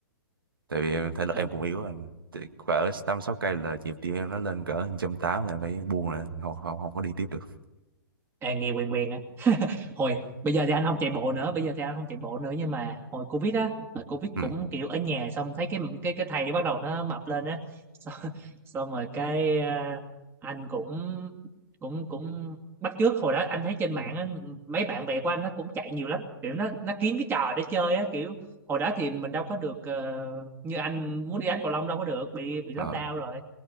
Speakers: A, on the right; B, on the right.
A: tại vì em thể lực
B: ừ
A: em cũng yếu rồi Thì cỡ năm sáu cây là nhịp tim em nó lên cỡ một trăm tám là em phải buông lại không, không không có đi tiếp được
B: à, nghe quen quen á hồi bây giờ thì anh không chạy bộ nữa bây giờ thì anh không chạy bộ nữa nhưng mà hồi covid á hồi covid
A: ừ
B: cũng kiểu ở nhà xong thấy cái cái cái thầy bắt đầu nó mập lên á <laughs> xong, xong rồi cái à, anh cũng cũng cũng bắt chước hồi đó anh thấy trên mạng á, mấy bạn bè của anh nó cũng chạy nhiều lắm kiểu nó nó kiếm cái trò để chơi á kiểu hồi đó thì mình đâu có được ờ, như anh muốn đi đánh cầu lông đâu có được bị bị lockdown
A: ờ
B: rồi